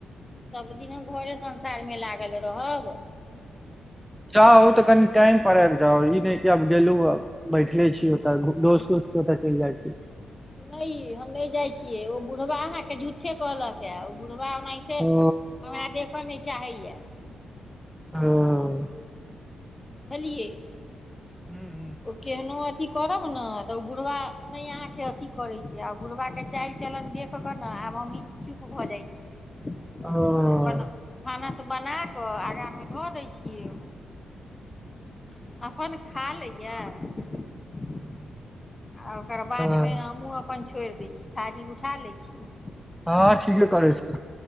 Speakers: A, on the left; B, in the centre.
A: सभदिन हम घरे संसारमे लागल रहब
B: जाउ तऽ कनि टाइम पर आबि जाउ ई नहि कि आब गेलहूँ अं बैठले छी ओतऽ दोस्त उोस्त के ओतऽ चलि जाइ छी
A: नहि हम नहि जाइ- -छियै ओ बुढ़बा अहाँके झूठे कहलक या ओ बुढ़- -बा ओनाहिंते
B: ओ
A: हमरा देख नै चाहै या
B: हँ
A: बुझलियै
B: हूँ
A: ओ केहनो अथि करब न तऽ ओ बुढ़बा नहि अहाँके अथि करै छै आ बुुरबबाके चालि चलन देखि कऽ न आब हमही चुप भऽ जाइ छियै
B: ओ
A: अपन भानस बनाकऽ आगाँमे धऽ दै छियै अपन खा लै इहाए आ ओकर
B: ह
A: बादमे हमहूँ अपन छोड़ि दै छियै थारी उठा लै छियै
B: हँ ठीके करै छी